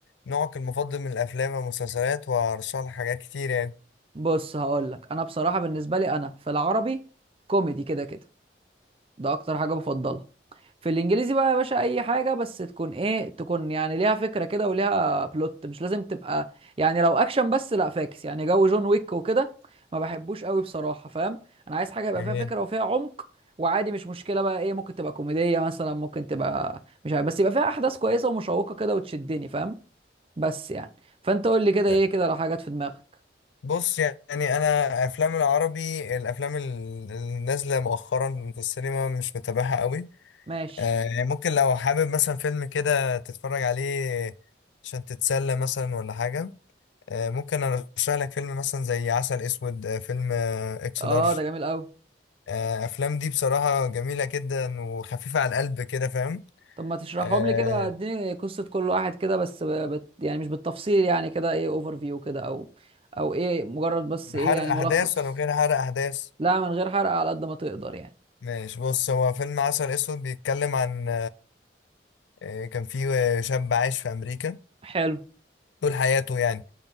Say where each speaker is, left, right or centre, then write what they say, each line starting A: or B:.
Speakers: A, on the left; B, on the right.
A: نوعك المفضل من الافلام والمسلسلات وارشح لك حاجات كتير يعني
B: بص هقول لك انا بصراحه بالنسبه لي انا في العربي كوميدي كده كده ده اكتر حاجه بفضلها في الانجليزي بقى يا باشا اي حاجه بس تكون ايه تكون يعني ليها فكره كده وليها بلوت مش لازم تبقى يعني لو اكشن بس لا فاكس يعني جو جون ويك وكده ما بحبوش قوي بصراحه فاهم انا عايز حاجه يبقى
A: جميل
B: فيها فكره وفيها عمق وعادي مش مشكله بقى ايه ممكن تبقى كوميديه مثلا ممكن تبقى مش عارف بس يبقى فيها احداث كويسه ومشوقه كده وتشدني فاهم بس يعني فانت قول لي كده
A: آه،
B: ايه كده لو حاجات في دماغك
A: بص يعني انا افلام العربي الافلام ال- النازله مؤخرا في السينما مش متابعها قوي
B: ماشي
A: آه يعني ممكن لو حابب مثلا فيلم كده تتفرج عليه عشان تتسلى مثلا ولا حاجه آه، ممكن ارشح لك فيلم مثلا زي عسل اسود آه، فيلم آه، اكس
B: اه
A: لارج
B: ده جميل قوي
A: آه، افلام دي بصراحه جميله جدا وخفيفه على القلب كده فاهم
B: طب ما تشرحهم
A: أه
B: لي كده اديني قصة كل واحد كده بس ب... بت... يعني مش بالتفصيل يعني كده ايه اوفر فيو كده او او ايه مجرد بس ايه
A: حرق
B: يعني
A: احداث
B: ملخص
A: ولا من غير حرق احداث
B: لا من غير حرق على قد ما تقدر يعني
A: ماشي بص هو فيلم عسل اسود بيتكلم عن آه، كان في آه، شاب عايش في امريكا
B: حلو
A: طول حياته يعني